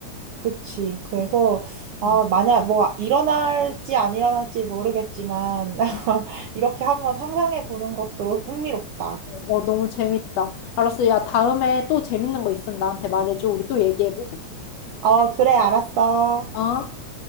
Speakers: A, on the right; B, on the left.
A: 그치 그래서
B: 응,
A: 아
B: 응.
A: 만약 뭐 일어날지 안 일어날지 모르겠지만 <laughs>
B: 응.
A: 이렇게 한번 상상해 보는 것도 흥미롭다
B: 어, 너무 재밌다. 알았어. 야, 다음에 또 재밌는 거 있으면 나한테 말해줘. 우리 또 얘기해보자.
A: 어 그래 알았어
B: 어?